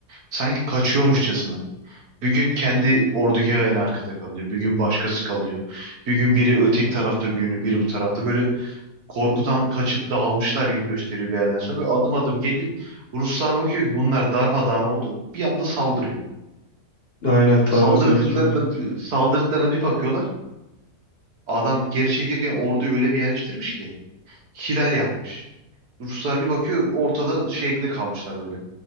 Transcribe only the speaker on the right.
Sanki kaçıyormuşçasına. Bir gün kendi ordugahı en arkada kalıyor. Bir gün başkası kalıyor. Bir gün biri öteki tarafta günü, biri bu tarafta. Böyle korkudan kaçıp dağılmışlar gibi gösteriyor bir yerden sonra. Böyle adım adım geliyor. Ruslar bakıyor ki bunlar darmadağın oldu. Bir anda saldırıyor.
Saldırdıklarında,
saldırdıklarına bir bakıyorlar. Adam geri çekirken orduyu öyle bir yerleştirmiş ki. Hilal yapmış. Ruslar bir bakıyor ortada şeyde kalmışlar böyle.